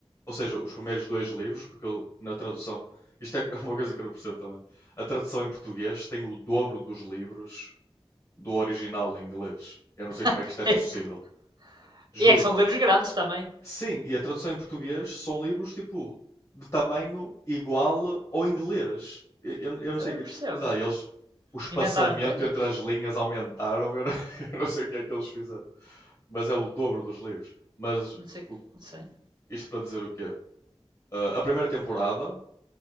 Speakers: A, on the left; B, on the right.
A: ou seja, os primeiros dois livros, porque eu, na tradução, isto é <laughs> uma coisa que eu não percebo também. A tradução em português tem o dobro dos livros do original em inglês. Eu não sei como
B: <laughs>
A: é que isto é possível. Juro-te.
B: e é que são livros grandes também.
A: Sim, e a tradução em português são livros tipo de tamanho igual ao inglês. Eu, eu- eu não
B: Também
A: sei, que-
B: não percebo.
A: sei lá, eles o espaçamento
B: Inventaram coisas?
A: entre as linhas aumentaram, eu não, <laughs> eu não sei o que é que eles fizeram mas é o dobro dos livros. Mas
B: Não sei,
A: o-
B: não sei.
A: isto para dizer o quê? Ah, a primeira temporada,